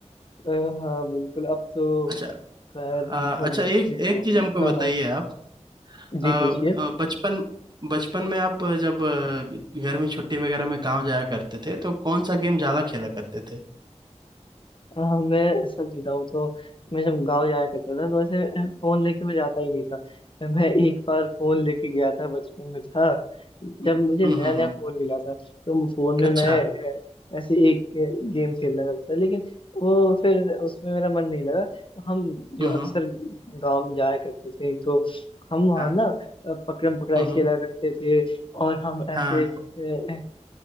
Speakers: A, on the left; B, on the right.
A: अ, हाँ बिल्कुल अब तो
B: अच्छा
A: खैर
B: आ,
A: बहुत
B: अच्छा एक
A: दिन हो
B: एक चीज
A: गए
B: हमको
A: हाँ
B: बताइए
A: हाँ
B: आप
A: जी
B: आ, आ,
A: पूछिए
B: बचपन बचपन में आप जब आ, घर में छुट्टी वगैरह में गांव जाया करते थे तो कौन सा गेम ज्यादा खेला करते थे
A: अ, मैं सच बताऊँ तो मैं जब गांव जाया करता था तो ऐसे अ, फोन लेके मैं जाता ही नहीं था अ, मैं एक बार फोन लेके गया था बचपन में था जब
B: हम्म
A: मुझे
B: हम्म
A: नया
B: हम्म,
A: नया
B: हम्म।
A: फोन मिला था तो वो फोन में
B: अच्छा
A: मैं अ, ऐसे एक गेम खेलना करता था लेकिन वो फिर उसमें मेरा मन नहीं लगा तो हम जो
B: हम्म
A: अक्सर
B: हम्म
A: गांव में जाया करते थे तो हम वहाँ
B: हाँ
A: ना अ, पकड़म पकड़ाई
B: हम्म हम्म,
A: खेला करते थे और हम
B: हाँ
A: ऐसे अ, अ,